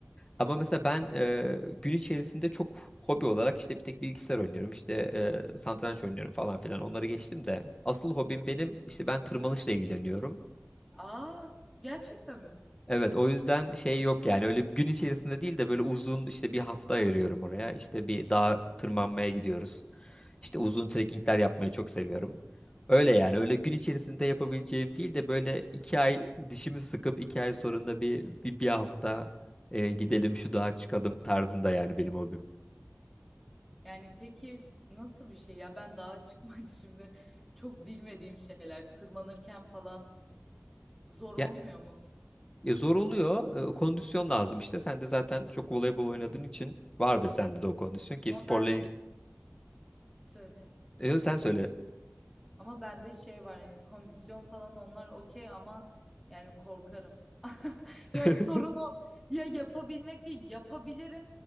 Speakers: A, on the left; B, in the centre.
A: Ama mesela ben eee, gün içerisinde çok hobi olarak işte bir tek bilgisayar oynuyorum işte eee, satranç oynuyorum falan filan onları geçtim de asıl hobim benim işte ben tırmanışla ilgileniyorum.
B: Aa, gerçekten mi?
A: Evet o yüzden şey yok yani öyle bir gün içerisinde değil de böyle uzun işte bir hafta ayırıyorum oraya. İşte bir dağa tırmanmaya gidiyoruz. İşte uzun trekkingler yapmayı çok seviyorum. Öyle yani öyle gün içerisinde yapabileceğim değil de böyle iki ay dişimi sıkıp iki ay sonunda bir, bir, bir hafta e, gidelim şu dağa çıkalım tarzında yani benim hobim.
B: Yani peki nasıl bir şey ya? Ben dağa çıkmak <laughs> şimdi çok bilmediğim şeyler. Tırmanırken falan zor olmuyor
A: Ya,
B: mu?
A: ya zor oluyor e, kondisyon lazım işte sen de zaten çok voleybol oynadığın için vardır sende de o kondisyon ki
B: Ama
A: sporla
B: ben
A: ilgili.
B: söyle.
A: sen söyle.
B: Ama bende şey var hani kondisyon falan onlar okey ama yani korkarım. <laughs> Yani
A: <laughs>
B: sorun o. Ya yapabilmek değil yapabilirim.